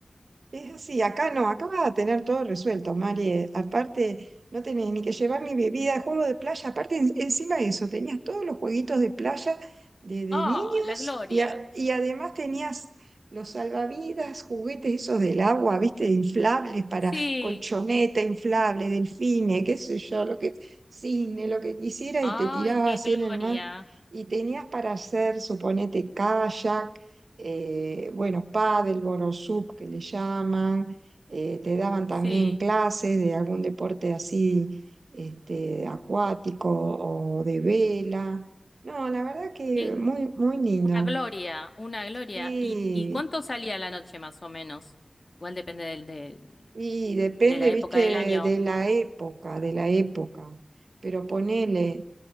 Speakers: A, on the right; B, on the left.
A: Es así, acá no, acá vas a tener todo resuelto, Mari. Eh, Aparte, no tenés ni que llevar ni bebida, juego de playa. Aparte, en- encima de eso, tenías todos los jueguitos de playa de, de
B: ¡ah,
A: niños
B: la gloria!
A: y, a- y además tenías los salvavidas, juguetes esos del agua, viste, inflables para
B: Sí,
A: colchoneta, inflable, delfines, qué sé yo, lo que, cine, lo que quisieras
B: ¡ay,
A: y te tirabas
B: qué
A: así
B: gloria!
A: en el mar. Y tenías para hacer, suponete, kayak eh, bueno, pádel, borosub que le llaman, eh, te daban también
B: Sí,
A: clases de algún deporte así este, acuático o de vela. No, la verdad que
B: qué-
A: muy, muy lindo.
B: una gloria, una gloria.
A: Y,
B: ¿Y, y cuánto salía la noche más o menos? Igual depende del, del-
A: y depende,
B: de la
A: viste,
B: época del año.
A: de la época, de la época. Pero ponele